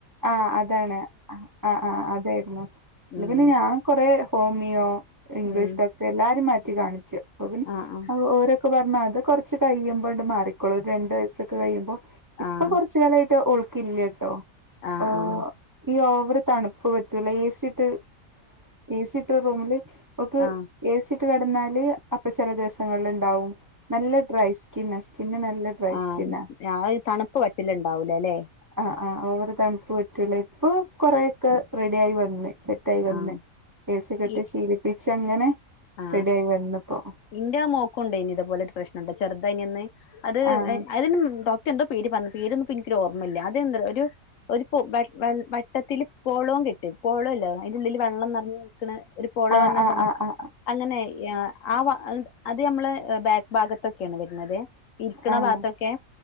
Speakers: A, on the right; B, on the left.
A: ആഹ് അതാണ് ആഹ് ആഹ് അതായിരുന്നു
B: ഉം
A: പിന്നെ ഞാൻ കൊറേ ഹോമിയോ ഇംഗ്ലീഷോടോക്
B: ഉം
A: ട്ടെ എല്ലാരും മാറ്റി കാണിച്ചു അപ്പ പിന്നേ
B: ആഹ്
A: ഓര് അത് കുറച്ച് കഴിയുമ്പോണ്ട് മാറിക്കോളൂ ഒരു രണ്ട് വയസ്സൊക്കെ കഴിയുമ്പോ ഇപ്പൊ
B: ആഹ്
A: കോറച്ച് കൊ ർ ച്ചാലായിട്ട് ഒൾക്ക് ല്ല ട്ടോ
B: ആഹ്
A: ഓ
B: ആഹ്
A: ഈ ഓവറ് തണുപ്പ് പറ്റൂല ഏസിട്ട് ഏസിട്ട റൂമില് ഓക്ക്
B: ആഹ് ആഹ്
A: ഏസിട്ട് കടന്നാല് അപ്പൊ ചല ദിവസങ്ങളിൽ ണ്ടാവും നല്ല ഡ്രൈ സ്കിന്ന സ്കിന്ന് നല്ല ഡ്രൈ
B: ആഹ്
A: സ്കിന്നാ
B: ആഹ് തണുപ്പ് പറ്റല് ണ്ടാവൂല ല്ലേ
A: ആ ആ് ഓവർ തണുപ്പ് പറ്റൂല ഇപ്പൊ കൊറെയൊക്കെ റെഡി ആയി വന്ന്. സെറ്റായി വന്ന്
B: ആഹ്
A: എസിക്കെട്ട്
B: ഈ
A: ശീലിപ്പിച്ചങ്ങനെ
B: ആഹ്
A: റെഡി ആയി വന്ന്പ്പോ.
B: ഇന്റെ മോക്കുണ്ടേനി ഇത്പോലെ ഒരു പ്രശ്നട്ടാ ചെറുതായിനന്ന് അത്
A: ആഹ്
B: അതിനു ഡോക്ടർ എന്തോ പേര് പറഞ്ഞ് പേരൊന്നും ഇപ്പൊ നിക്കൊരു ഓർമ്മയില്ല അതെന്ത ഒരു ഒരു പോ വെ വ വട്ടത്തില് പോളവും കെട്ട് പോളവുല്ലേ അതിന്റെ ഉള്ളില് വെള്ളം നിറഞ്ഞു നിക്ക്‌ണെ. ഒരു പോളോ
A: ആഹ്
B: പറഞ്ഞാ
A: ആഹ്
B: സംഭവം.
A: ആഹ്
B: അങ്ങനെ എ ആ അഹ് അത് നമ്മളെ ബാക്ക് ഭാഗത്തൊക്കെയാണ് വരുന്നതെ. ഇരിക്ക്‌ണ
A: ആഹ്
B: ഭാഗത്തൊക്കെ